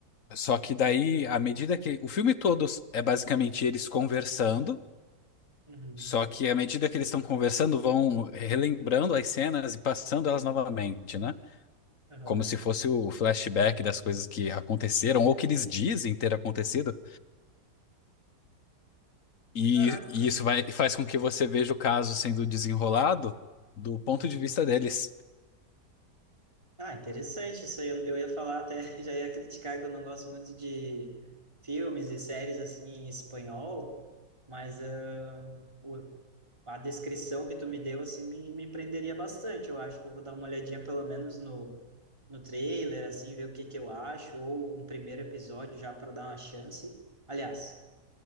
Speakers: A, on the left (about 55°); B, on the right (about 15°).
A: só que daí, à medida que o filme todo é basicamente eles conversando,
B: Uhum.
A: só que à medida que eles estão conversando, vão relembrando as cenas e passando elas novamente, né?
B: Aham.
A: Como se fosse o flashback das coisas que aconteceram ou que eles dizem ter acontecido. E,
B: Caraca.
A: e isso vai, faz com que você veja o caso sendo desenrolado do ponto
B: Uhum.
A: de vista deles.
B: Ah, interessante isso aí. Eu, eu ia falar até, <laughs> já ia criticar que eu não gosto muito de filmes e séries assim em espanhol, mas ah, o, a descrição que tu me deu, assim, me, me prenderia bastante. Eu acho que eu vou dar uma olhadinha pelo menos no, no trailer, assim, ver o que que eu acho, ou um primeiro episódio já para dar uma chance. Aliás,